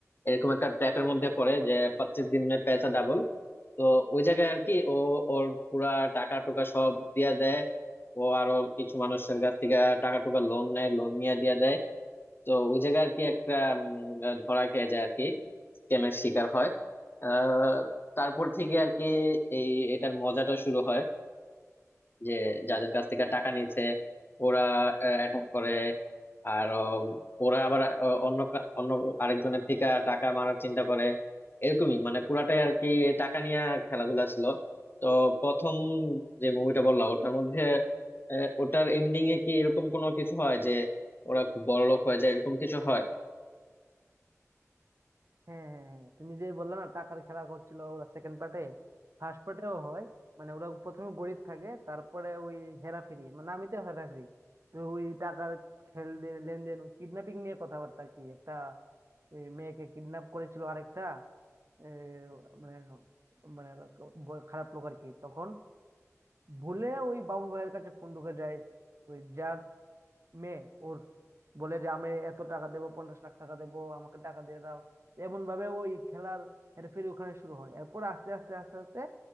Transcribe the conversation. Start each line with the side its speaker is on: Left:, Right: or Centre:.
Left: এরকম একটা ট্র্যাপের মধ্যে পড়ে যে পঁচিশ দিনে পয়সা ডাবল তো ওই জায়গায় আর কি ও ওর পুরা টাকা টুকা সব দিয়া দেয় ও আরো কিছু মানুষের কাছ থেকে টাকা টুকা লোন নেয় লোন নিয়ে দিয়া দেয় তো ওই জায়গায় আর কি একটা উম, আহ, ধরা খেয়ে যায় আর কি স্ক্যামের শিকার হয় আহ, তারপর থেকে আর কি এই এটার মজাটা শুরু হয় যে যাদের কাছ থেকে টাকা নিচ্ছে ওরা অ্যাটাক করে আর উম, ওরা আবার আহ, অন্য কা- অন্য আরেকজনের থেকে টাকা মারার চিন্তা করে এরকমই মানে পুরাটাই আর কি টাকা নিয়ে খেলাধুলা ছিল তো প্রথম যে মুভিটা বললাম ওটার মধ্যে আহ, ওটার এন্ডিং এ কি এরকম কোনো কিছু হয় যে ওরা খুব বড়লোক হয়ে যায় এরকম কিছু হয়
Right: হ্যাঁ হ্যাঁ হ্যাঁ তুমি যে বললে না টাকার খেলা করছিল ওরা সেকেন্ড পার্টে ফার্স্ট পার্টেও হয় মানে ওরা প্রথমে গরিব থাকে তারপরে ওই হেরাফেরি মানে নামই তো হেরাফেরি তো ওই টাকার খেল দে- লেনদেন কিডন্যাপিং নিয়ে কথাবার্তা আর কি একটা এ, মেয়েকে কিডন্যাপ করেছিল আরেকটা এ, মানে মানে ব- খারাপ লোক আর কি তখন ভুলে ওই বাবু ভাইয়ের কাছে ফোন ঢুকে যায় ওই যার মেয়ে ওর বলে যে আমি এত টাকা দেবো পঞ্চাশ লাখ টাকা দেবো আমাকে টাকা দিয়ে দাও এমন ভাবে ওই খেলার হেরফেরি ওখানে শুরু হয় এরপর আস্তে আস্তে আস্তে আস্তে